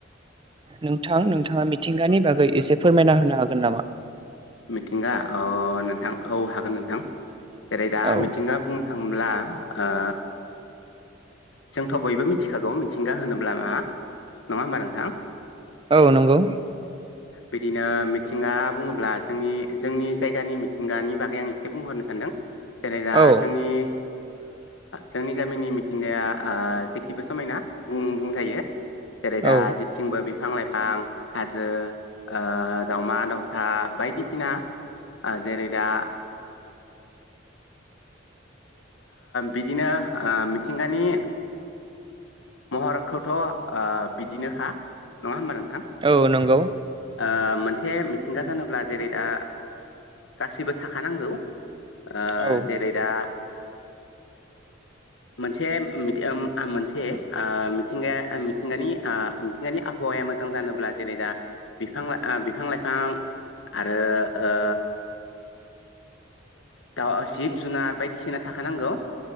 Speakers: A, on the right; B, on the left.
A: नोंथां नोंथाङा मिथिंगानि बागै एसे फोरमायना होनो हागोन नामा
B: मिथिंगा ओ नोंथां औ हागोन नोंथां जेरै दा
A: औ
B: मिथिंगा बुंनो थांब्ला ओ <unintelligible> बयबो मिथिखागौ मिथिंगा होनोब्ला मा नङा होमबा नोंथां
A: औ नंगौ
B: बिदिनो मिथिंगा बुङोब्ला जोंनि जोंनि जायगानि मिथिंगानि बागै आं एसे बुंहरनो सानदों जेरै दा
A: औ
B: जोंनि जोंनि गामिनि मिथिंगाया ओ जेखिबो समायना बुं बुंथायायो जेरै दा
A: औ
B: जि जेथिंबो बिफां लाइफां हाजो ओ दाउमा दाउसा बायदिसिना जेरै दा बिदिनो मिथिंगानि महरखौथ' बिदिनोखा नङा होमबा नोंथां
A: औ नंगौ
B: ओ मोनसे मिथिंगा जानोब्ला जेरै दा गासिबो थाखानांगौ ओ
A: औ
B: जेरै दा मोनसे आ मोनसे ओ मिथिंगाया मिथिंगानि मिथिंगानि आबहावाया मोजां जानोब्ला जेरै दा बिफां बिफां लाइफां आरो ओ दा जिब जुनार बायदिसिना थाखानांगौ